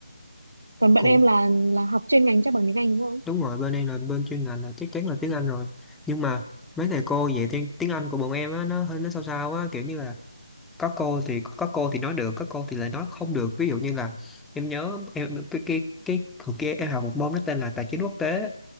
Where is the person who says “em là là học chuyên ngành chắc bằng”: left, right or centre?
Right